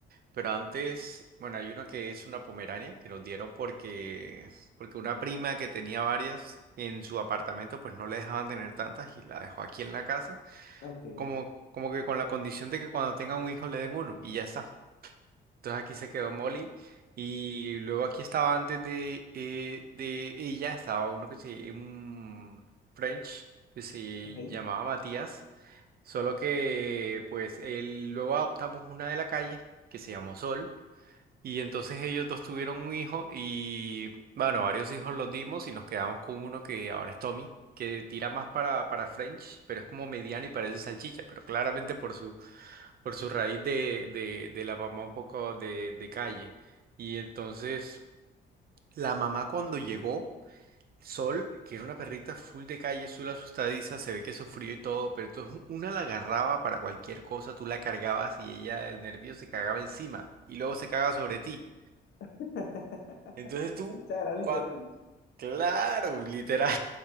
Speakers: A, on the right; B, on the left.
A: pero antes, bueno, hay uno que es una pomerania, que nos dieron porque, porque una prima que tenía varias en su apartamento, pues no le dejaban tener tantas y la dejó aquí en la casa.
B: Ok,
A: como, como que con la condición de que cuando tenga un hijo le den uno y ya está. Entonces aquí se quedó Molly y luego aquí estaba antes de, eh, de ella, estaba uno que se, un French que se
B: ok.
A: llamaba Matías, solo que pues él, luego adoptamos una de la calle que se llamó Sol y entonces ellos dos tuvieron un hijo y, bueno, varios hijos los dimos y nos quedamos con uno que ahora es Tommy, que tira más para, para French, pero es como mediano y parece salchicha, pero claramente por su, por su raíz de, de, de la mamá un poco de, de calle. Y entonces la mamá cuando llegó, Sol, que era una perrita full de calle, azul asustadiza, se ve que sufrió y todo, pero entonces una la agarraba para cualquier cosa, tú la cargabas y ella, el nervio se cagaba encima y luego se caga sobre ti.
B: <laughs>
A: Entonces tú,
B: O sea, era literal.
A: cua- claro, literal.